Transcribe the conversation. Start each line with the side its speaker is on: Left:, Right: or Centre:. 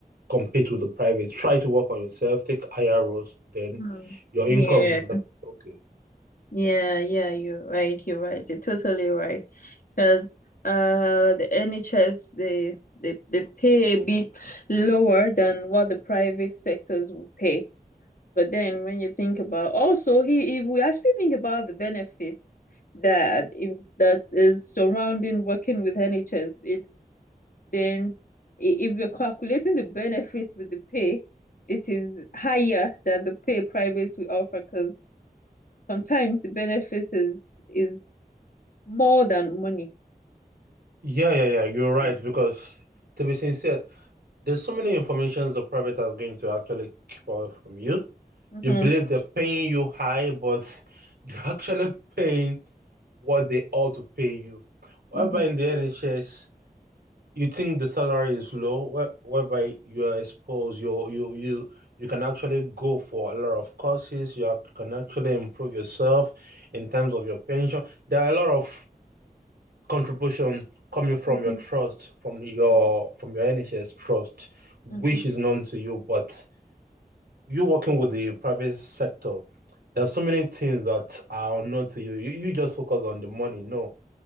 Right: compete with the private. Try to work on yourself, take higher roles, then
Left: Mm.
Right: your
Left: Yeah.
Right: income is gonna be okay.
Left: Yeah, yeah, you're right. You're right. You're totally right. Because uh, the NHS they they they pay a bit lower than what the private sectors will pay. But then when you think about also he if we actually think about the benefits that if that is surrounding working with NHS, it's then i- if you're calculating the benefits with the pay, it is higher than the pay privates we offer. Because sometimes the benefit is is more than money.
Right: Yeah, yeah, yeah. You're right
Left: Yeah.
Right: because to be sincere, there's so many informations the private are going to actually keep away from you.
Left: Mm-hmm,
Right: You believe they're paying you high, but <laughs> they're actually paying what they ought to pay you. Whereby
Left: mm-hmm,
Right: in the NHS, you think the salary is low, whereby you are exposed, you you you you can actually go for a lot of courses. You can actually improve yourself in terms of your pension. There are a lot of contribution coming from
Left: mm-hmm,
Right: your trust, from your
Left: mm-hmm,
Right: from your NHS trust, which
Left: mm-hmm.
Right: is known to you. But you working with the private sector, there are so many things that are unknown to you. You, you just focus on the money. No,